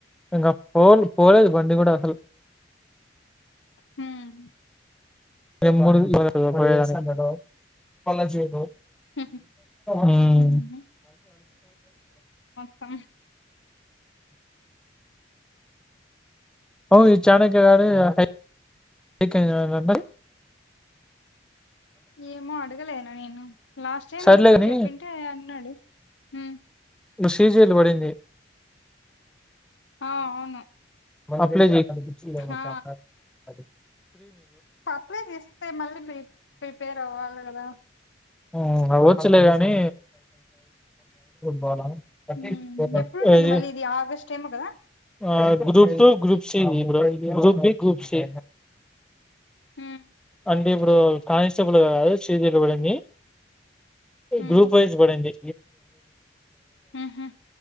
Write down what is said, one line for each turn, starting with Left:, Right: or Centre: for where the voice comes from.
Centre: ఇంకా పోన్ పోలేదు బండి కూడా అసలు
Left: హ్మ్.
Centre: <unintelligible> వస్తాను రేపు పో పళ్ళ ఇడ్చివి పో
Left: హుహు.
Centre: హ్మ్
Left: హుహు. పం
Centre: ఓయ్ చాణక్య గా అటై ఇక్కనే నా <unintelligible>
Left: ఏమో అడగలేను. అడగలేను లాస్ట్ టైమ్
Centre: సర్లే
Left: ఎప్పుడో
Centre: కాని
Left: చెప్పింటే అన్నాడు. హ్మ్
Centre: ప్రొసీజర్లు పడింది.
Left: ఆ అవును
Centre: మళ్ళా అప్లై చేయి అటు కుర్చుందురా మచ్చ
Left: ఆ
Centre: రా అటు
Left: అప్లై చేస్తే మళ్ళీ ప్రిప్ ప్రిపేర్ అవ్వాలి కదా
Centre: హ్మ్ అవ్వచ్చులే గాని బాల <unintelligible>
Left: హ్మ్ ఎప్పుడుంటుంది మళ్ళీ ఇది ఆగస్ట్ ఏమో కదా
Centre: ఆ గ్రూప్ టూ గ్రూప్ సి ఇ bro group B group C
Left: హ్మ్
Centre: అంటే ఇప్పుడు కానిస్టేబుల్ గా కాదు సీ జీ ఎల్ గా పడింది అంటే
Left: హ్మ్
Centre: గ్రూప్ వైజ్ పడింది.
Left: ఊహూ